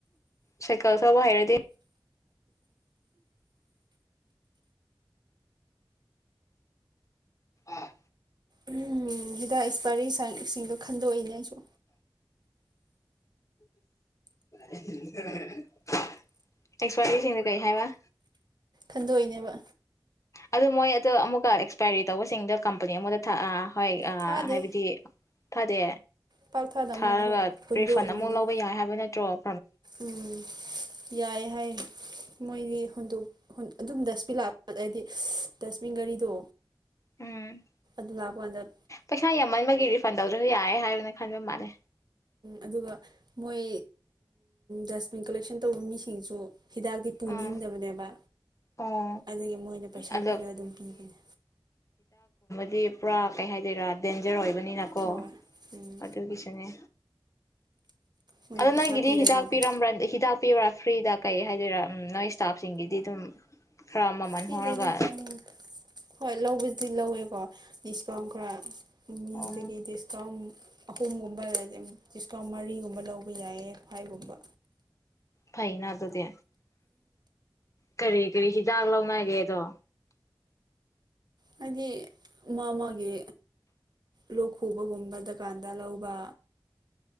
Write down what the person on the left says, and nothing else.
ꯁꯥꯏꯀꯜ ꯊꯕ ꯍꯩꯔꯗꯤ ꯑ
ꯑꯦꯛꯁꯄꯥꯔꯠꯒꯤꯁꯤꯡꯅ ꯀꯩ ꯍꯥꯏꯕ
ꯑꯗꯨ ꯃꯣꯏ ꯑꯗꯣ ꯑꯃꯨꯛꯀ ꯑꯦꯛꯁꯄꯥꯏꯔꯤ ꯇꯧꯕꯁꯤꯡꯗꯣ ꯀꯝꯄꯅꯤ ꯑꯃꯨꯗ ꯊꯛꯑ ꯍꯣꯏ
ꯍꯥꯏꯕꯗꯤ ꯐꯗꯦ
ꯊꯥꯔꯒ
ꯔꯤꯐꯟ ꯑꯃꯨꯛ
ꯂꯧꯕ ꯌꯥꯏ ꯍꯥꯏꯕ ꯅꯠꯇ ꯁ꯭ꯔꯣꯞ
ꯎꯝ
ꯄꯩꯁꯥ ꯌꯥꯝꯃꯟꯕꯒꯤ ꯔꯤꯐꯟ ꯇꯧꯗ꯭ꯔꯁꯨ ꯌꯥꯔꯦ ꯍꯥꯏꯕꯅ ꯈꯟꯕ ꯃꯥꯜꯂꯦ
ꯎꯝ ꯑꯣ
ꯑꯗꯣ
ꯗꯤ ꯄꯨꯔꯥ ꯀꯩ ꯍꯥꯏꯗꯣꯏꯔꯥ ꯗꯦꯟꯖꯔ ꯑꯣꯏ ꯅꯀꯣ
ꯑꯗꯨ ꯑꯗꯨꯒꯤꯁꯅꯦ
ꯑꯗꯨꯗ
ꯅꯪ ꯏꯗꯤ
ꯍꯤꯗꯥꯛ ꯄꯤꯔꯝꯕ꯭ꯔ ꯍꯤꯗꯥꯛ ꯄꯤꯕ꯭ꯔꯥ ꯐꯔꯤꯗꯥꯛ ꯀꯩ ꯍꯥꯏꯗꯣꯏꯔꯥ ꯎ ꯅꯣꯏ ꯏꯁꯇꯥꯞꯁꯤꯡꯒꯤꯗꯤ ꯑꯗꯨꯝ ꯈꯔ ꯃꯃꯜ
ꯍꯣꯡꯉꯒ
ꯑꯣ
ꯐꯩꯩꯅ ꯑꯗꯨ ꯑꯗꯨꯗꯤ ꯀꯔꯤ ꯀꯔꯤ ꯍꯤꯗꯥꯛ ꯂꯧꯅꯒꯦꯗꯣ